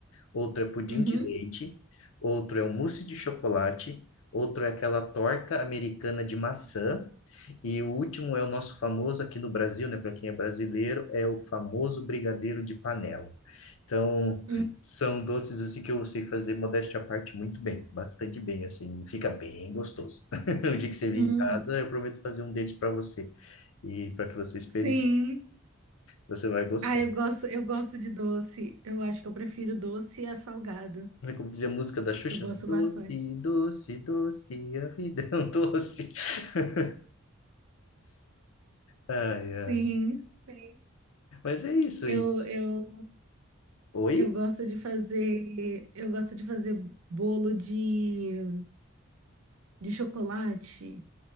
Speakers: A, on the left (about 70°); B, on the right (about 85°).
A: outro é pudim
B: Uhum.
A: de leite, outro é um mousse de chocolate, outro é aquela torta americana de maçã, e o último é o nosso famoso aqui no Brasil, né? Para quem é brasileiro, é o famoso brigadeiro de panela. Então,
B: Hum,
A: são doces assim que eu sei fazer, modéstia à parte, muito bem, bastante bem, assim, fica bem gostoso. <laughs> O dia que você vir
B: hum.
A: em casa, eu prometo fazer um deles para você. E para que você experimente,
B: Sim.
A: você vai gostar.
B: Ah, eu gosto, eu gosto de doce. Eu acho que eu prefiro doce a salgado.
A: É Como dizia a música da Xuxa,
B: Eu gosto
A: né? Doce,
B: bastante.
A: doce, doce, a vida é um doce. <laughs> Ai, ai.
B: Sim, sim.
A: Mas é isso.
B: Eu,
A: E...
B: eu,
A: Oi?
B: eu gosto de fazer, eu gosto de fazer bolo de, de chocolate.